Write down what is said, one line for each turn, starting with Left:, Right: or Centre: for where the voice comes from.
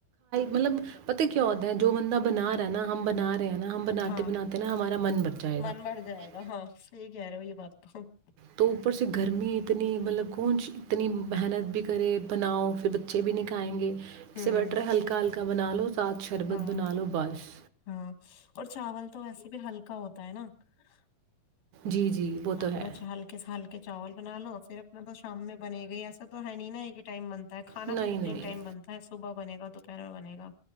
Right: مطلب پت کیا ہوتا ہے جو بندہ بنا رہا نا ہم بنا رہے ہیں <unintelligible> نا ہم بناتے
Left: ہاں
Right: بناتے نا ہمارا من بر جائے
Left: من
Right: گا <unintelligible>
Left: بھر جائے ہاں صحی کہہ رہے ہو یہ بات تو <unintelligible>
Right: تو اوپر سے گرمی اتنی مطلب کونی اتنی محنت بھی کرے بناؤ پھر بچے بھی نہیں کھیں گے
Left: ہوں
Right: اس سے بٹر ہے ہلکا ہلکا <unintelligible> <unintelligible> بنا لو <unintelligible> <unintelligible>
Left: ہاں
Right: بنا لو بس
Left: ہاں اور چاول <unintelligible> تو ویسے بھی ہلکا ہوتا ہے نا <unintelligible>
Right: جی جی وہ تو
Left: اپنا
Right: ہے
Left: چ ہلکے سے ہلکے <unintelligible> چاول بنا لو پھر اپنا تو شام میں بنے گئی ایسا تو ہے نہیں نا ایک ٹائم بن <unintelligible> کانا
Right: نہیں
Left: بھی تو
Right: نہیں
Left: تین ٹائم بنتا ہے صبح بنے گا <unintelligible> دوپہرو بنے گا